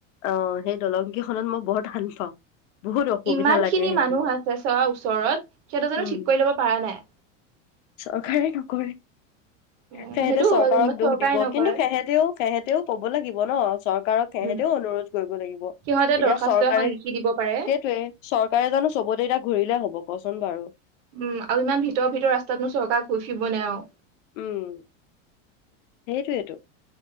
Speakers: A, on the left (about 75°); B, on the right (about 65°).
A: অ সেই দলং কেইখনত মই বৰ টান পাওঁ বহুত অসুবিধা
B: ইমান
A: লাগে
B: খিনি
A: সেইখিনি
B: মানুহ আছে চোৱা ওচৰত সিহঁতে জনো
A: উম।
B: ঠিক কৰি লব পাৰা নাই
A: চৰকাৰে নকৰে
B: উম,
A: সেহেঁতে
B: সেইটো
A: চৰকাৰক
B: হয় যেনিবা
A: দোষ
B: চৰকাৰে
A: দিব
B: নকৰে
A: কিন্তু সেহেঁতেও সিহঁতেও ক'ব লাগিব ন চৰকাৰক
B: উম,
A: অনুৰোধ কৰিব লাগিব
B: সিহঁতে
A: এতিয়া
B: দৰ্খাস্ত
A: চৰকাৰে
B: এখন লিখি দিব পাৰে।
A: সেইটোৱে চৰকাৰে জানো চবতে এতিয়া ঘূৰিলে হ'ব কচোন বাৰু
B: উম আৰু ইমান ভিতৰ ভিতৰ ৰাস্তাত নো চৰকাৰ ঘুই ফিব নে আৰু
A: উম সেইটোৱেটো